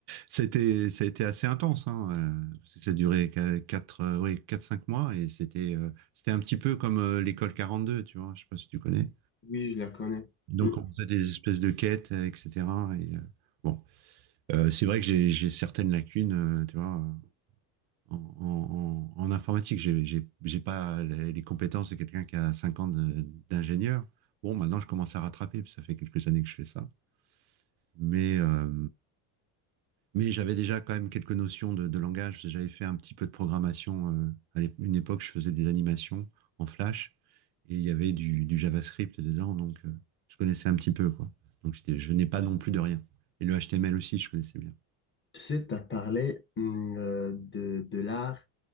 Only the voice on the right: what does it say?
ça, a été, ça a été assez intense. Hein. Euh, Ça a duré 4 quatre cinq mois et c'était euh, c'était un petit peu comme euh, l'école 42, tu vois, je sais pas si tu connais.
Donc,
on faisait des espèces de quêtes, etc. Et, euh, bon, euh, c'est vrai que j'ai j'ai certaines lacunes, euh, tu vois, euh, En, en- en- en informatique, j'ai j'ai- j'ai pas les, les compétences de quelqu'un qui a 5 ans de- d'ingénieur. Bon, maintenant, je commence à rattraper, parce que ça fait quelques années que je fais ça. Mais, euh, mais j'avais déjà quand même quelques notions de, de langage. parce que J'avais fait un petit peu de programmation. euh, à l'ép- une époque, je faisais des animations en Flash, et il y avait du, du JavaScript dedans, donc euh, je connaissais un petit peu, quoi. Donc j'étais- je n'ai pas non plus de rien. Et le HTML aussi, je connaissais bien.